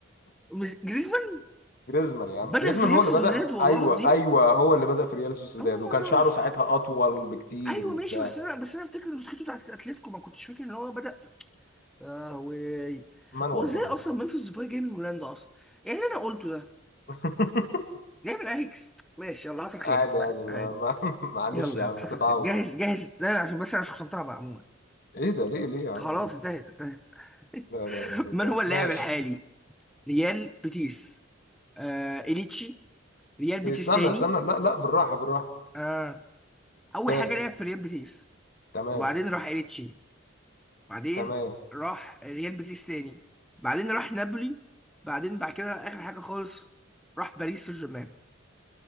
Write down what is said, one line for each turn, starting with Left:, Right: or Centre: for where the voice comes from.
Centre: مش جريزمان
Left: جريزمان يا عم
Centre: بدأ
Left: جريزمان
Centre: في ريال
Left: هو اللي
Centre: سوسيداد
Left: بدأ
Centre: والله
Left: ايوه
Centre: العظيم
Left: ايوه هو اللي بدأ في ريال سوسيداد
Centre: اول
Left: وكان
Centre: مرة
Left: شعره
Centre: اعرف
Left: ساعتها اطول بكتير
Centre: ايوه
Left: وبتاع
Centre: ماشي بس انا بس انا افتكر ان مسكته بتاعت اتلتيكو ما كنتش فاكر ان هو بدأ في اه وي
Left: منوب
Centre: هو ازاي
Left: منوب
Centre: اصلا منفس ديباي جاي من هولندا اصلا يعني اللي انا قلته ده
Left: <laughs>
Centre: جاي من اياكس ماشي يلا حصل خير
Left: عادي
Centre: حصل
Left: عادي
Centre: خير
Left: ما-
Centre: عادي
Left: ما- <laughs> معلش
Centre: يلا
Left: يا
Centre: يلا
Left: عم
Centre: حصل
Left: تتعود
Centre: خير جاهز جاهز لا عشان بس انا شخصنتها بقى عموما
Left: ايه ده ليه ليه يا عم
Centre: خلاص
Left: كده؟
Centre: انتهت انتهت
Left: لا لا
Centre: <laughs>
Left: لا
Centre: من
Left: لا
Centre: هو اللاعب
Left: ماشي
Centre: الحالي ريال بيتيس آه اليتشي ريال بيتيس
Left: إيه، استنى
Centre: تاني
Left: استنى لا لا بالراحة بالراحة
Centre: آه اول
Left: تاني
Centre: حاجه لعب في ريال بيتيس
Left: تمام
Centre: وبعدين راح إيريتشي بعدين
Left: تمام
Centre: راح ريال بيتيس تاني بعدين راح نابولي بعدين بعد كده اخر حاجه خالص راح باريس سان جيرمان